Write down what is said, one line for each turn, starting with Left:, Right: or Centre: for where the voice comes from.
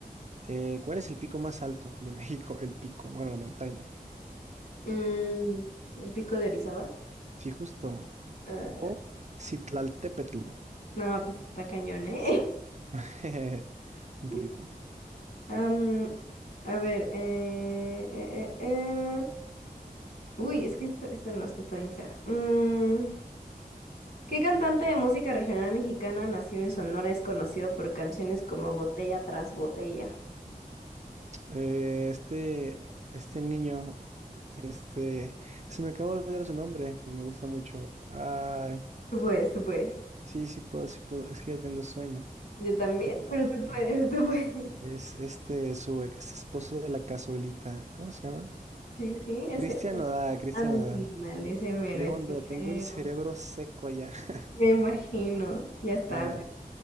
Right: Eh, ¿cuál es el pico más alto de <laughs> México? El pico, bueno, la montaña.
Left: Mm, ¿el pico de Orizaba?
Right: Sí, justo.
Left: Ah,
Right: O Citlaltépetl.
Left: no, pues está cañón, ¿eh?
Right: <laughs> Un
Left: <laughs>
Right: poquito.
Left: Am, a ver, eh, eh, eh, eh. Uy, es que esta, esta no, esta está bien fea. Mm, ¿Qué cantante de música regional mexicana nació en Sonora es conocido por canciones como Botella tras Botella?
Right: Eh, este, este niño, este, se me acabó de olvidar su nombre, pero me gusta mucho. Ay,
Left: Tú puedes, tú puedes.
Right: sí, sí puedo, sí puedo, es que ya tengo sueño.
Left: Yo también,
Right: Pero um,
Left: pero tú puedes, tú puedes. <laughs>
Right: es este, su ex esposo de la cazuelita, ¿cómo se llama?
Left: Sí, sí, ese.
Right: Cristian Nodal, Cristian
Left: Ándale,
Right: Nodal.
Left: ese mero,
Right: ¿Qué
Left: ese
Right: onda? Tengo
Left: mero.
Right: el cerebro seco ya. <laughs>
Left: Me imagino. Ya está.
Right: A ver,